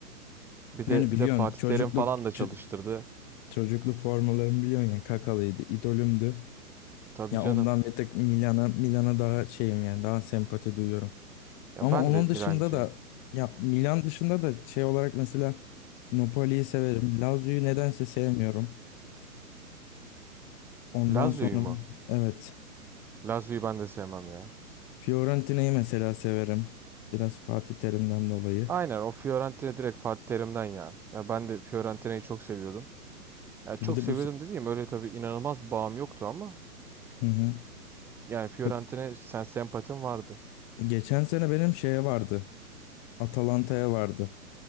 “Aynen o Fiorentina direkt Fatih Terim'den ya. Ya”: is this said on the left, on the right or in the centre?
Centre